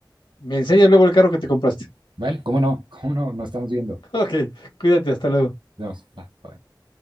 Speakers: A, on the left (about 80°); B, on the right (about 90°).
A: Me enseñas luego el carro que te compraste.
B: ¿Vale? ¿Cómo no? <laughs> ¿Cómo no? Nos estamos viendo.
A: <laughs> Ok, cuídate, hasta luego.
B: Nos vemos. Bye, bye.